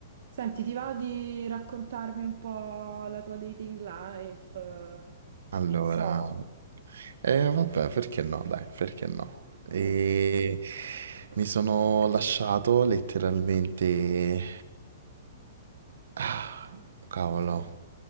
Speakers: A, on the right; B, on the right.
A: Senti, ti va di raccontarmi un po' la tua dating life? Eh,
B: Allora,
A: Non so.
B: eh, vabbè, perché no? Dai, perché no? E
A: Mm.
B: mi sono lasciato letteralmente, ah, cavolo,